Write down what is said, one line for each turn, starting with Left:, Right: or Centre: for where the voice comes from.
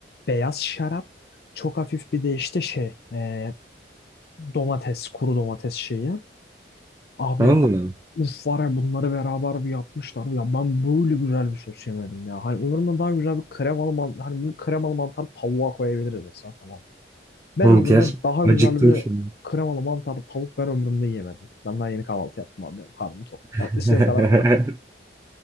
Left: Beyaz şarap. Çok hafif bir de işte şey e, domates, kuru domates şeyi. Abi
Right: Allah Allah.
Left: uf var ya bunları beraber bir yapmışlar. Ya ben böyle güzel bir sos yemedim ya. Hani ömrümde daha güzel bir kremalı mantar. Hani bunu kremalı mantar tavuğa koyabiliriz mesela tamam. Ben
Right: Oğlum
Left: ömrümde
Right: gerçekten
Left: daha güzel
Right: acıktım
Left: bir
Right: şimdi.
Left: kremalı mantarlı tavuk ben ömrümde yemedim. Ben daha yeni kahvaltı yaptım abi. Benim karnım tok.
Right: <laughs>
Left: Ben istediğim kadar konuşurum.